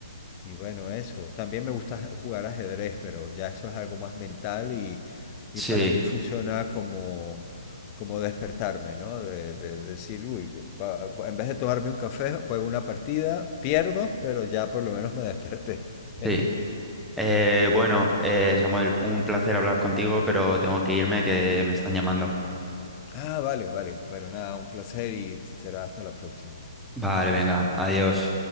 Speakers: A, on the left; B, in the centre.
A: Y bueno, eso. También me gusta <laughs> jugar ajedrez, pero ya eso es algo más mental y, y
B: Sí,
A: para mí funciona como, como despertarme, ¿no? De, de decir, uy, que pa- en vez de tomarme un café, juego una partida, pierdo, pero ya por lo menos me desperté. <laughs>
B: sí. Eh, bueno, eh, Samuel, un placer hablar contigo, pero tengo que irme que me están llamando.
A: Ah, vale, vale. Bueno, nada, un placer y será hasta la próxima.
B: Vale, venga, adiós.